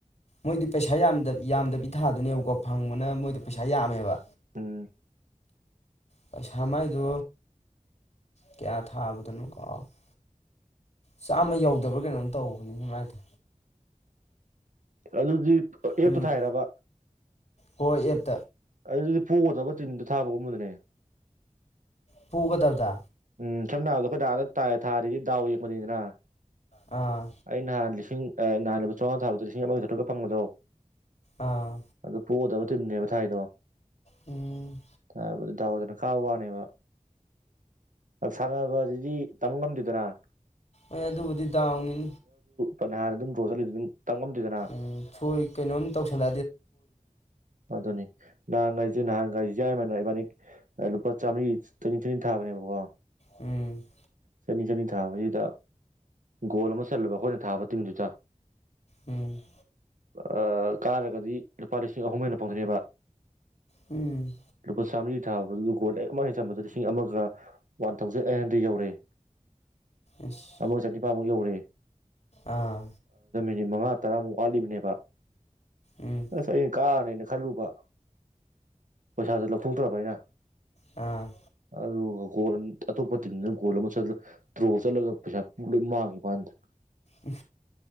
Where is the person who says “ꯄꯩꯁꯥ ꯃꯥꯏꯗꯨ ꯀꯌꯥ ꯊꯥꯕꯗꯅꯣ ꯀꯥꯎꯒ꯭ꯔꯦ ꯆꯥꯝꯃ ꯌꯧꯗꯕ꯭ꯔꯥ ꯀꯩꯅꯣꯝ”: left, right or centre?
Left